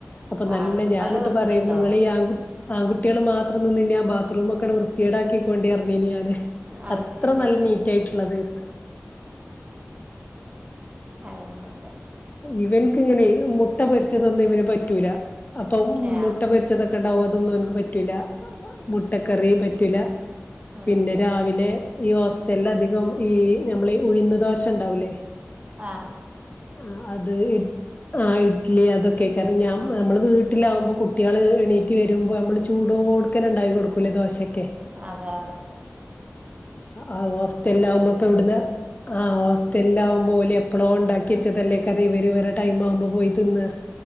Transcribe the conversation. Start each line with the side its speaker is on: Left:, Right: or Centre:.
Left: അപ്പനല്ല
Right: ആ അപ്പം
Left: ഞന്നിട്ട്
Right: നല്ല വൃത്തി
Left: പറയുന്നുഇങ്ങള്
Right: ഉണ്ടാവും
Left: ഈ ആക്കു ആണ് കുട്ടികൾ മാത്രം നിന്ന് ഇന്നി ബാത്റൂമൊക്കെ വൃത്തിടാക്കിക്ക കൊണ്ടിറഞ്ഞിന്ഞാന്
Right: അത്
Left: അത്ര
Right: ശരി
Left: നല്ല നീറ്റ ആയിട്ടുള്ളതെര്ന്ന്
Right: അങ്ങനെക്കെ
Left: ഇവനക്ക്ങ്ങനെ മുട്ട പൊരിച്ചതൊന്നും ഇവന് പറ്റൂല അപ്പം
Right: ഏ
Left: മുട്ട പരിച്ചതൊക് ണ്ടാവും അതൊന്നും ഓന്ക്ക് പറ്റൂല മുട്ടക്കറിപറ്റൂല
Right: ഉം.
Left: പിന്നെ രാവിലെ ഈഹോസ്റ്റലില് അധികം ഈ നമ്മള് ഈ ഉഴന്ന് ദോശ ഉണ്ടാവുലേ
Right: ആഹ്
Left: ആഹ് അത്ഇട് ആഇട് ഇലി അതൊക്കെ കാരും ഞാന മ്മൾ വീട്ടിലാവകുമ്പോകുട്ടികൾ എണീക്ക് വരുമ്പോനമ്മള് ചൂടോടുക്കനെ ഉണ്ടായി കൊടുക്കു കുലദോശയ്ക്കെ
Right: അതാണ്
Left: ആ ഹോസ്റ്റലകുമ്പോ ഇപ്പൊ എവിടന്ന് ആ ഹോസ്റ്റലിൽാവകുമ്പോ പോലെ ആ ഹോസ്റ്റലില്ആവുമ്പോഓല് എപ്പളോ ഇണ്ടാക്കി വെച്ചതല്ലേ കാരും ഇവര് ഇവരെ ടൈം ആവുമ്പോ പോയിതിന്ന